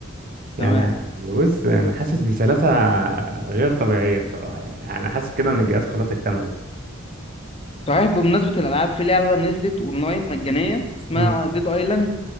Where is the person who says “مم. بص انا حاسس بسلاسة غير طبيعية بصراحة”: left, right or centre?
Right